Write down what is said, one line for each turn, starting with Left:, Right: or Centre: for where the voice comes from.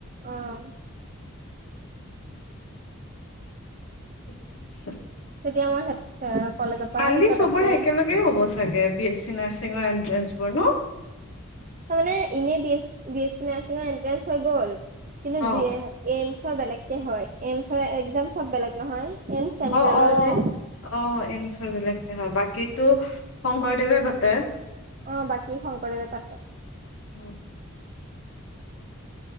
Right: উম।
Left: ঠিকে আছে।
Right: তেতিয়া মই। কলেজৰ পৰা
Left: পালি
Right: আহি পতককে
Left: চবৰে একেলগে হ'ব চাগে বিছি নাৰিঙৰ এণ্ট্ৰেন্স পোৰ ন।
Right: তাৰানে এনে বি এছ চি নাৰছিঙৰ এন্ট্ৰেন্ঞ্চ হৈ গল কিন্তু <unintelligible>
Left: অ
Right: বেলেগকে হয় এইমছৰ এক্জাম চব বেলেগ নহয়। এইমছ চেন্ট্ৰেলৰ
Left: অ', অ',
Right: যে
Left: অ' এ <unintelligible> বিলাকে হয় বাকীটো শংকৰদেৱে পাতে।
Right: অ' বাকী শংকৰদেৱে পাতে।
Left: উম।